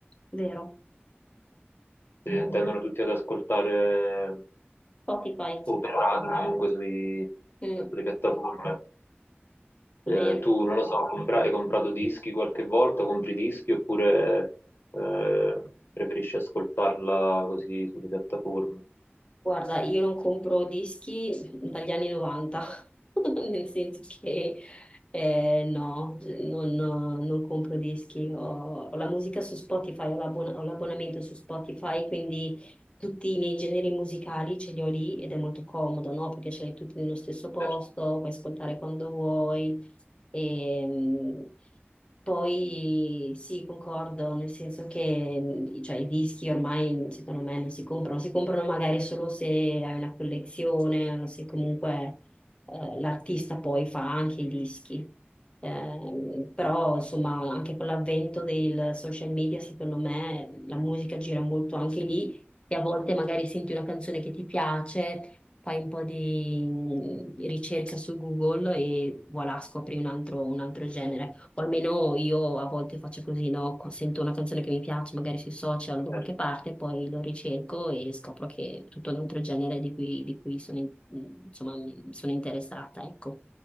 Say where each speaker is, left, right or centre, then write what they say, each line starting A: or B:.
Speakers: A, on the left; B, on the left.
A: vero.
B: Eh, tendono tutti ad ascoltare
A: Spotify,
B: o per radio, comunque sui- eh,
A: mm,
B: sulle piattaforme. Eh,
A: vero.
B: tu, non lo so, compra- hai comprato dischi qualche volta, compri dischi oppure eh, preferisci ascoltarla così sulle piattaforme?
A: Guarda, io non compro dischi dagli anni 90, <laughs> nel senso che eh, no, non, non compro dischi, ho, ho la musica su Spotify, ho l'abbon- ho l'abbonamento su Spotify, quindi tutti i miei generi musicali ce li ho lì ed è molto comodo, no? Perché ce li hai tutti nello stesso posto,
B: Certo,
A: puoi ascoltare quando vuoi. E, mh, poi sì, concordo, nel senso che mh, cioè, i dischi ormai secondo me non si comprano, si comprano magari solo se hai una collezione o se comunque eh, l'artista poi fa anche i dischi. Ehm, però insomma anche con l'avvento del social media secondo me la musica gira molto anche lì e a volte magari senti una canzone che ti piace, fai un po' di mm, ricerca su Google e voilà, scopri un altro, un altro genere. O almeno io a volte faccio così, no? Qu- Sento una canzone che mi piace, magari sui social o da qualche
B: certo.
A: parte, poi lo ricerco e scopro che è tutto un altro genere di cui, di cui sono, in- mm, insomma, mi- sono interessata, ecco.